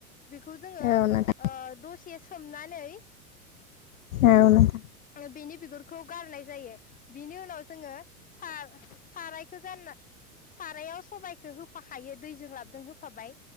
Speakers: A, on the left; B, on the left.
A: बेखौ जोंङो
B: औ नोंथां
A: ओ दसे सोमना नेै
B: औ नोंथां
A: बेनि बिगुरखौ गारनाय जायो बिनि उनाव जोंङो सा सारायाव जाना सबायखौ होफाखायो दैजों लाबजों होफाबाय